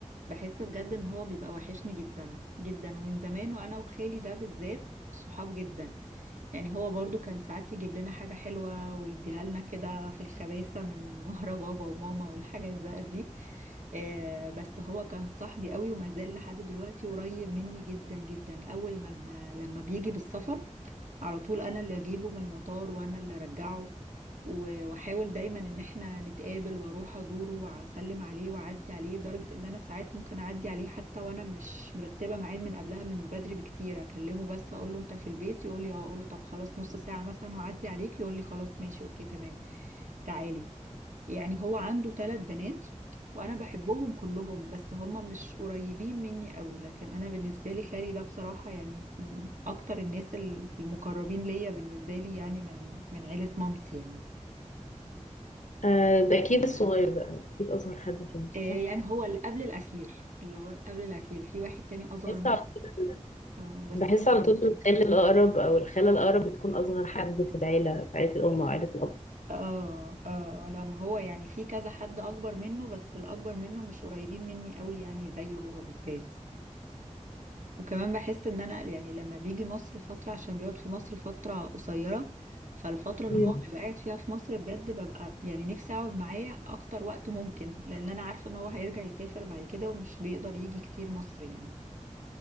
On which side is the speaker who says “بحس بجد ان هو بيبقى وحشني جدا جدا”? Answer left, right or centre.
Right